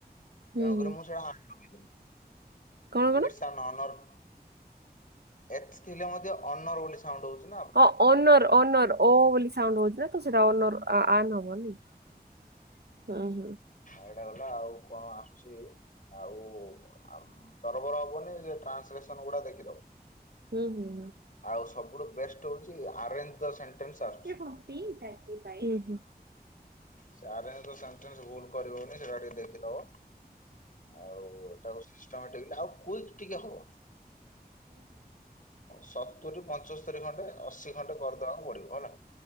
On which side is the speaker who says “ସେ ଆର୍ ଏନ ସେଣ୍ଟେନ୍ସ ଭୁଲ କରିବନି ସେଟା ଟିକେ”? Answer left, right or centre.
Left